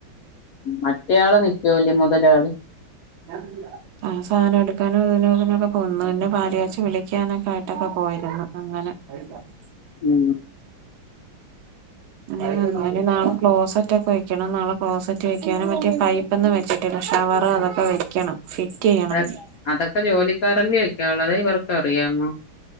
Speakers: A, on the left; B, on the right.
A: മറ്റേയാള് നിക്കൂലി മുതലാളി
B: <unintelligible> അവൻ സാനം എടുക്കാനും അതിനും ഇതിനോക്ക പോവും ഇന്ന പാല്കാച്ച് വിളിക്കാനക്ക ആയിട്ടക്ക പോയിരുന്നു അങ്ങന <unintelligible>
A: ഉം
B: <unintelligible> നാള ക്ലോസെറ്റ് ഒക്കെ വെക്കണം നാളെ ക്ലോസെറ്റ് വെക്കാനും മറ്റേ പൈ പ്പൊന്നും വെച്ചിട്ടില്ല ഷവർ അതൊക്കെ വെക്കണം ഫിറ്റ് ചെയ്യണം
A: അതൊ
B: ഇനി
A: അതൊക്കെ ജോലിക്കാറല്ലേ വക്കാനൊള്ള അതെ ഇവർക്കറിയാമോ